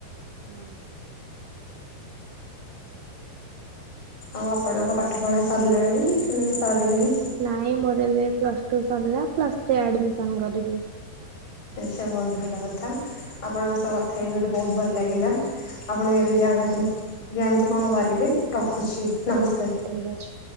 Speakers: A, on the right (about 75°); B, on the left (about 30°).
A: ହଁ।
B: ଆଉ ଆପଣଙ୍କ ପାଠପଢା ସରିଲାଣି ନା ନାଇଁ ସରିନି?
A: ନାଇଁ ମୋର ଏବେ ପ୍ଲସ୍ ଟୁ ସରିଲା, ପ୍ଲସ୍ ଥ୍ରୀ ଆଡ଼ମିସନ କରିବି।
B: ଆଚ୍ଛା। ବହୁତ ଭଲ କଥା, ଆପଣଙ୍କ ସହ କଥା ହେଇକି ମତେ ବହୁତ ଭଲ ଲାଗିଲା ଆପଣ ଏବେ ଜାଗା ଯୋଉ, ଯାଆନ୍ତୁ କଣ କରିବେ, ରଖୁଛି ନମସ୍କାର।
A: ଠିକ୍ ଅଛି।